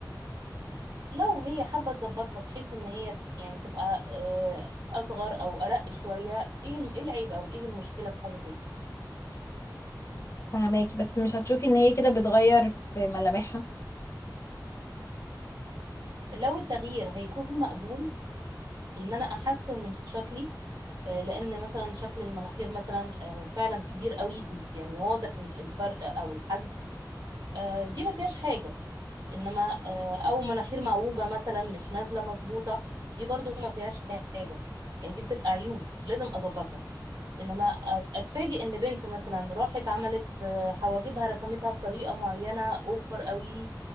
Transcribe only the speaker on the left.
فهماكي بس مش هتشوفي ان هي كده بتغير في ملامحها